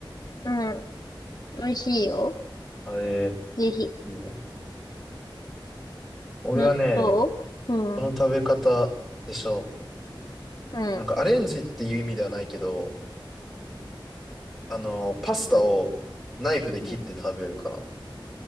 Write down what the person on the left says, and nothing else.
うん。美味しいよ。
ぜひ。
納豆うん。
うん。
うん。うん。